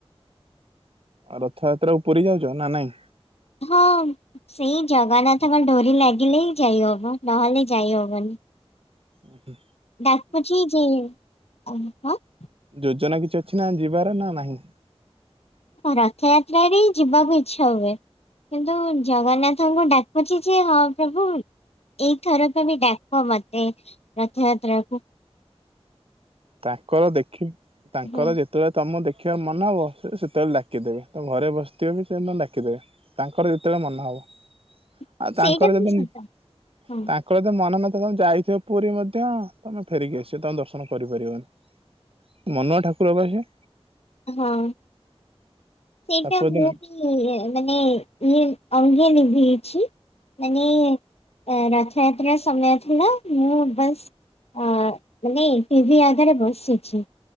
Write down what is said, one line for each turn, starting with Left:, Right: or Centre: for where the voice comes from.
Right: ରଥଯାତ୍ରାକୁ ପୁରୀ ଯାଉଚ ନା ନାଇଁ।
Left: ହଁ ସେଇ ଜଗନ୍ନାଥଙ୍କ ଡୋରି ଲାଗିଲେ ହିଁ ଯାଇ ହବ ନହେଲେ ଯାଇହବନି।
Right: ଓ ହୁ।
Left: ଡାକୁଚି ଯେ <unintelligible>
Right: ଯୋଜନା କିଛି ଅଛି ନା ଯିବାର ନା ନାହିଁ?
Left: ରଥଯାତ୍ରାରେରେ ଯିବାକୁ ଇଛା ହୁଏ। କିନ୍ତୁ ଜଗନ୍ନାଥଙ୍କୁ ଡାକୁଛି ଯେ ହଁ ପ୍ରଭୁ ଏଇଥରକୁବି ଡାକ ମତେ ରଥଯାତ୍ରାକୁ।
Right: ତାଙ୍କର ଦେଖି ତାଙ୍କର
Left: ହଁ
Right: ଯେ ଯେତେବେଳେ ତମ ଦେଖିବା ମନ ହବ ସେ ସେତେବେଳେ ଡାକି ଦେବେ ତମ ଘରେ ବସିଥିବ ବି ସେ ଡାକିଦେବେ। ତାଙ୍କର ଯେତେବେଳେ ମନ ହବ।
Left: <inaudible>
Right: ଆଉ ତାଙ୍କର ଯଦି
Left: ବି
Right: ତାଙ୍କ
Left: ସତ ହଁ
Right: ତାଙ୍କର ଯଦି ମନ ନଥିବ ତମେ ଯାଇଥିବ ପୁରୀ ମଧ୍ୟ ତମେ ଫେରିକି ଆସିବ ତମେ ଦର୍ଶନ କରିପାରିବନି ମନୁଆ ଠାକୁର ବା ସିଏ।
Left: ହଁ। ସେଇଟା
Right: ତାକୁ ଯଦି
Left: ମୁଁ ବି ମାନେ ଇଏ ଅଙ୍ଗେ ନିଭେଇଛି। ମାନେ ରଥଯାତ୍ରା ସମୟ ଥିଲା ମୁଁ ବାସ୍ ଅ ମାନେ ଟିଭିି ଆଗରେ ବସିଛି।